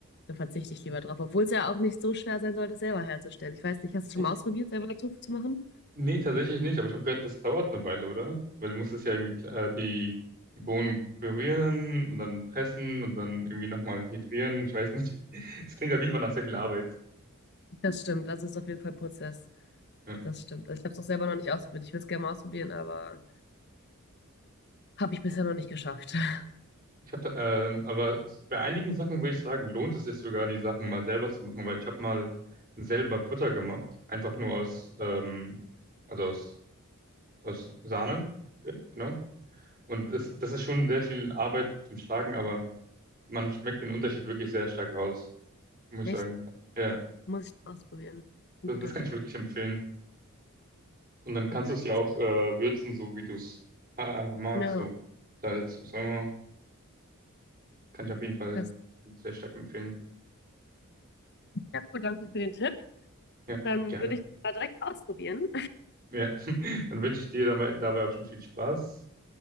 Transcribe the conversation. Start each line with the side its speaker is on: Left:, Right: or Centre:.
Left: dann verzichte ich lieber drauf. Obwohl es ja auch nicht so schwer sein sollte, selber herzustellen. Ich weiß nicht, hast du schon
Right: Echt?
Left: mal ausprobiert, selber Tofu zu machen?
Right: Nee, tatsächlich nicht, aber ich habe gehört, das dauert eine Weile, oder? Weil du musst es ja irgendwie, äh, die, die Bohnen pürieren und dann pressen und dann irgendwie nochmal hydrieren, ich weiß nicht. <laughs> Es klingt auf jeden Fall nach sehr viel Arbeit.
Left: Das stimmt, also es ist auf jeden Fall ein Prozess.
Right: Ja.
Left: Das stimmt. Also ich habe es auch selber noch nicht ausprobiert. Ich würde es gerne mal ausprobieren, aber Habe ich bisher noch nicht geschafft. <laughs>
Right: Ich hatte, ähm, aber es, bei einigen Sachen würde ich sagen, lohnt es sich sogar, die Sachen mal selber zu machen, weil ich habe mal selber Butter gemacht, einfach nur aus, ähm, also aus, aus Sahne, Ja, genau. Und das, das ist schon sehr viel Arbeit zum Schlagen, aber man schmeckt den Unterschied wirklich sehr stark raus, muss
Left: Echt?
Right: ich sagen. Ja,
Left: Muss ich ausprobieren. Ist
Right: das,
Left: ein guter
Right: das kann
Left: Tipp.
Right: ich wirklich empfehlen. Und dann
Left: Dann
Right: kannst
Left: mache
Right: du es
Left: ich
Right: ja
Left: das.
Right: auch äh, würzen, so wie du es äh, magst,
Left: Ja,
Right: so Salz, was auch immer. Kann ich auf jeden Fall
Left: das.
Right: sehr stark empfehlen.
Left: Ja, cool, danke für den Tipp.
Right: Ja,
Left: Dann
Right: gerne.
Left: würde ich das mal direkt ausprobieren.
Right: Ja, <laughs> dann wünsche ich dir dabei, dabei auch schon viel Spaß